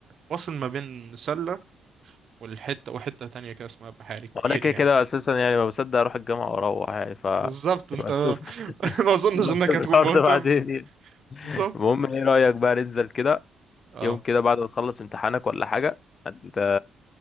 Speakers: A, on the right; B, on the left.
A: وصل ما بين مسله والحته وحته تانية كده اسمها بحاري كبير
B: وانا كده
A: يعني
B: كده اساسا يعني ما بصدق اروح الجامعه واروح يعني ف
A: بالظبط انت
B: نبقى نشوف <laughs>
A: <laughs> ما اظنش
B: نبقى
A: انك
B: نشوف
A: هتكون
B: الحوار
A: مهتم
B: ده بعدين يعني.
A: بالظبط
B: المهم ايه رايك بقى ننزل كده
A: اه
B: يوم كده بعد ما تخلص امتحانك ولا حاجه انت